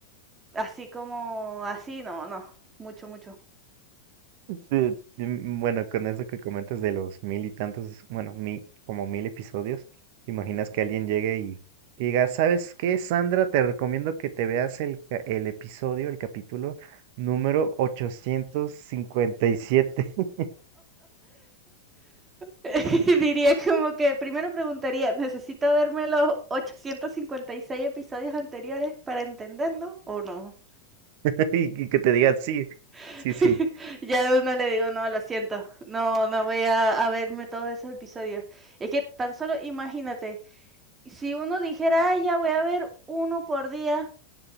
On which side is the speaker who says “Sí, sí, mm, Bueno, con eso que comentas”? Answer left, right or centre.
Right